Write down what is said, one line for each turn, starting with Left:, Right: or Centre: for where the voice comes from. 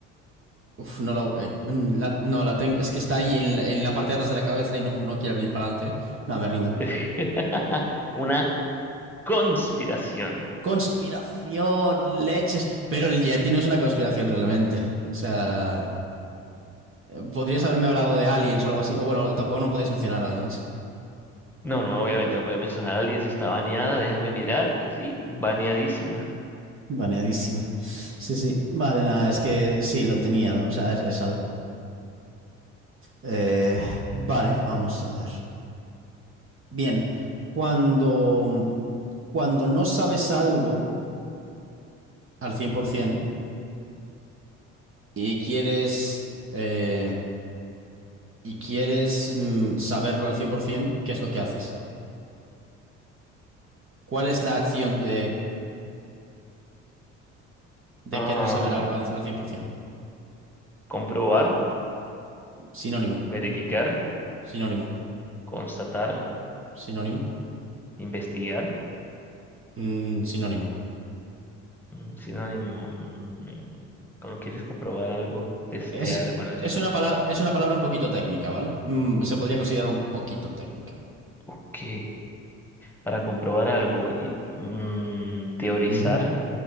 Right: Uf, no la, eh, mm, la- no la tengo. Es que está ahí en la, en la parte de atrás de la cabeza y no, no quiere venir para adelante. No, me rindo.
Centre: <laughs> Una conspiración.
Right: Conspiración, leches. Pero el Yeti no es una conspiración realmente. O sea, eh, podrías haberme hablado de aliens o algo así. O bueno, tampoco no podías mencionar aliens.
Centre: No, no, obviamente no podía mencionar a alguien si está baneada, déjame mirar. Sí, baneadísima.
Right: Baneadísima. Sí, sí. Vale, nada, es que sí, lo tenía. ¿no? O sea, es, es algo. Eh, vale, vamos a ver. Bien, cuando, cuando no sabes algo al 100%, y quieres, eh, y quieres mm, saberlo al 100%, ¿qué es lo que haces? ¿Cuál es la acción de, de
Centre: Ah,
Right: querer saber algo al al 100%?
Centre: comprobar,
Right: Sinónimo,
Centre: verificar,
Right: sinónimo,
Centre: constatar,
Right: sinónimo,
Centre: investigar.
Right: mm, sinónimo.
Centre: Mm, Sinónimo. mm, Cuando quieres comprobar algo, testear,
Right: Es,
Centre: bueno,
Right: es
Centre: esto.
Right: una palabra, es una palabra un poquito técnica, ¿vale? Mm, se podría considerar un poquito técnica.
Centre: Ok. para comprobar algo y mm, teorizar,
Right: Ujú.